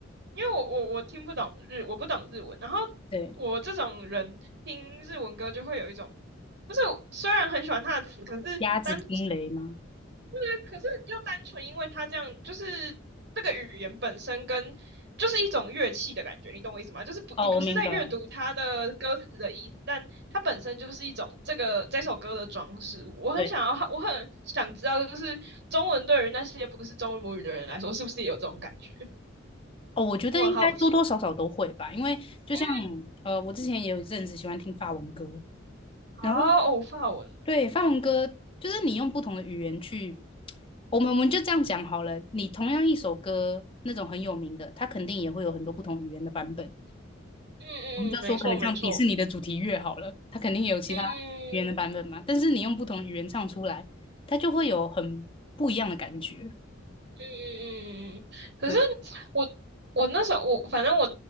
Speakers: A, on the right; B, on the left.
A: 因为我我我听不懂日，我不懂日文，然后
B: 对，
A: 我这种人听日文歌就会有一种，就是我虽然很喜欢它的词，可是单
B: 鸭子听雷吗？
A: 对，可是又单纯因为它这样，就是这个语言本身跟就是一种乐器的感觉，你懂我意思吗？就是不，
B: 哦，
A: 你不是在阅读它的歌词的意思，
B: 我明白了。
A: 但它本身就是一种这个这首歌的装饰物。我很想要，
B: 对，
A: 我很想知道，就是中文对于那些不是中文母语的人来说，是不是也有这种感觉？
B: 哦，我觉得应该多多少少都会吧，
A: 我很好奇。
B: 因为就像
A: 嗯，
B: 呃，我之前也有一阵子喜欢听法文歌，
A: 好，
B: 然后
A: 哦，法文。
B: 对法文歌就是你用不同的语言去，我们我们就这样讲好了。你同样一首歌，那种很有名的，它肯定也会有很多不同语言的版本。
A: 嗯嗯嗯，
B: 我们就说可能像迪士尼的主题乐好了，
A: 没错没错。
B: 它肯定也有其他语言的版本嘛。
A: 嗯。嗯嗯
B: 但是你用不同语言唱出来，它就会有很不一样的感觉。
A: 嗯，嗯嗯可是
B: 对。
A: 我我那时候我反正我